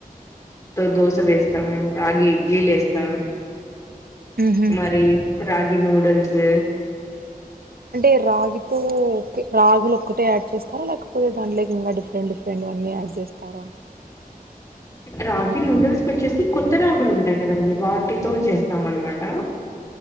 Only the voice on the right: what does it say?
ఊహూ
అంటే రాగితోే రాగులు ఒక్కటే యాడ్ చేస్తారా లేకపోతే దాంట్లోకి ఇంకా డిఫరెంట్ డిఫరెంట్ అన్నీ యాడ్ చేస్తారా